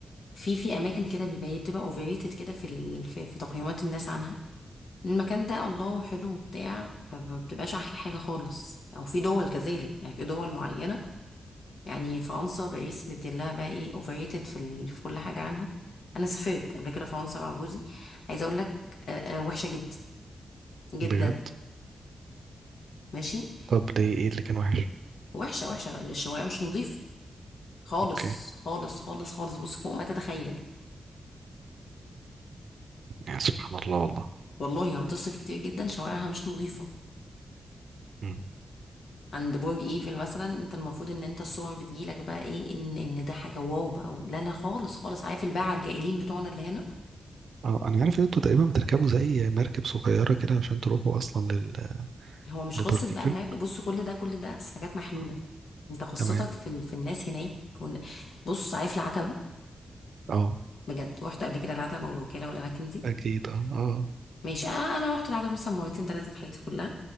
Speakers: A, on the left; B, on the right.
A: في في اماكن كده بيبقى ايه بتبقى اوفريتد كده في ال... في, في تقييمات الناس عنها المكان ده الله حلو وبتاع فما بتبقاش احلى حاجه خالص او في دول كذلك يعني في دول معينه يعني فرنسا باريس مديلها بقى ايه اوفريتد في ال... في كل حاجه عنها انا سافرت قبل كده فرنسا مع جوزي عايزه اقول لك آه، آه، وحشه جدا جدا
B: بجد
A: ماشي
B: طب ليه ايه اللي كان وحش
A: وحشه وحشه الشوايه مش نظيف خالص
B: اوكي
A: خالص خالص خالص بص فوق ما تتخيل
B: يعني سبحان الله والله
A: والله هتصف كتير جدا شوارعها مش نظيفه
B: مم.
A: عند برج ايفل مثلا انت المفروض ان انت الصور بتجيلك بقى ايه ان ان ده حاجه واو بقى و- لا لا خالص خالص عارف الباعه الجائلين بتوعنا اللي هنا
B: اه انا عارف ان انتوا تقريبا بتركبوا زي مركب صغيره كده عشان تروحوا اصلا لل...
A: هو مش
B: لبرج
A: قصه
B: ايفل
A: بقى الماركه بص كل ده كل ده حاجات محلوله انت قصتك
B: تمام
A: في ال... في الناس هناك كون... بص عارف العتبه
B: اه
A: بجد رحت قبل كده العتبه والوكاله والاماكن دي
B: اكيد اه اه
A: ماشي انا أنا رحت العتبه مثلا مرتين ثلاثه في حياتي كلها